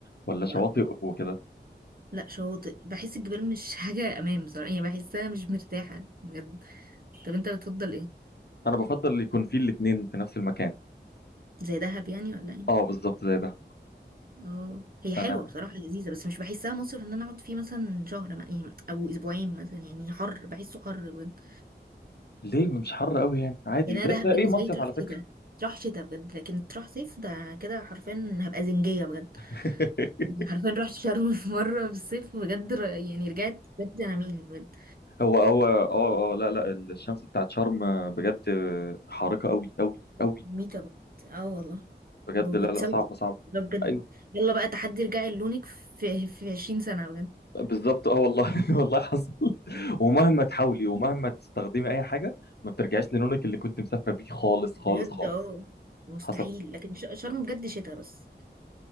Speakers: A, on the left (about 65°); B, on the right (about 55°).
A: ولا
B: لا
A: شواطئ وكده
B: لا شاطئ بحس الجبال مش <laughs> حاجة أمان بصراحة يعني بحسها مش مرتاحة بجد طب انت بتفضل ايه
A: انا بفضل يكون في الاتنين في نفس المكان
B: زي دهب يعني ولا ايه
A: اه بالظبط زي ده
B: اه هي
A: فانا
B: حلوه بصراحه لذيذه بس مش بحسها مصيف ان انا اقعد فيه مثلا شهر ما- يعني او اسبوعين مثلا يعني حر بحسه حر بجد
A: ليه مش حر قوي يعني عادي
B: يعني
A: زي
B: انا دهب
A: زي اي
B: بالنسبه
A: مصيف
B: لي تروح
A: على فكرة
B: شتاء تروح شتاء بجد لكن تروح صيف ده كده حرفيا هبقى زنجيه بجد
A: <laughs>
B: يعني حرفيا رحت شرم <laughs> في مره في الصيف بجد ر- يعني رجعت بجد انا مين بجد
A: هو هو اه اه لا لا الشمس بتاعت شرم بجد حارقة قوي قوي قوي
B: ميتة بجد اه والله
A: بجد
B: وبتسود
A: لا لا صعبة صعبة
B: ده بجد
A: ايوه
B: يلا بقى تحدي رجعي لونك في في 20 سنه
A: بالظبط اه والله <laughs> والله حصل
B: بجد
A: ومهما تحاولي ومهما تستخدمي اي حاجة ما بترجعيش للونك اللي كنت مسافرة بيه خالص خالص
B: بجد
A: خالص
B: اه مستحيل
A: حصل
B: لكن ش- شرم بجد شتاء بس